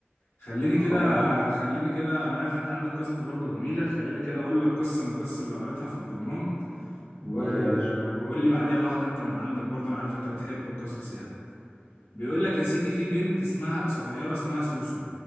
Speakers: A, on the left; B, on the left.
A: خليني
B: اه
A: كده خليني كده انا عارف انت عندك قصص برضو جميلة خليني كده اقول لك قصة من القصص اللي قريتها في الجرنون و...
B: قول لي يا باشا
A: وبقول لي بعديها واحدة انت من عندك برضو انا عارف انت بتحب القصص يعني بيقول لك يا سيدي في بنت اسمها صغيرة اسمها سوسو